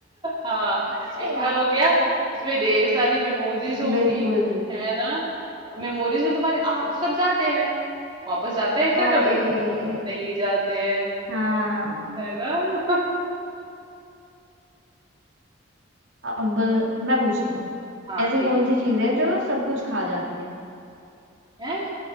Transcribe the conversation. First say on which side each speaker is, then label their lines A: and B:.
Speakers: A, on the right; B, on the right.
A: हाँ
B: अरे
A: एक
B: यार
A: घर हो गया इसमें ढेर सारी मेमोरीज होगी
B: बिल्कुल
A: है ना मेमोरीज में तुम्हारे आ तो सब जाते हैं वापस जाते हैं क्या
B: अरे
A: कभी नहीं जाते हैं
B: हाँ
A: है ना <laughs>
B: अब मैं पूछती हूँ
A: हाँ
B: ऐसी
A: ठीक
B: कौन
A: है पूछो
B: सी चीज है जो सब कुछ खा जाती है
A: हैं